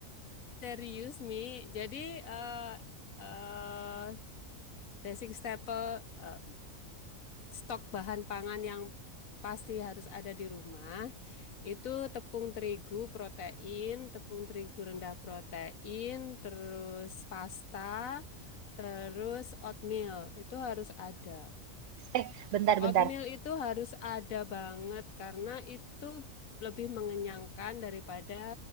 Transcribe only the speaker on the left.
Serius, Mi. Jadi eh eh, Basic staple, eh, stok bahan pangan yang pasti harus ada di rumah, itu tepung terigu protein, tepung terigu rendah protein, terus pasta, terus oatmeal, itu harus ada.
Oatmeal itu harus ada banget karena itu lebih mengenyangkan daripada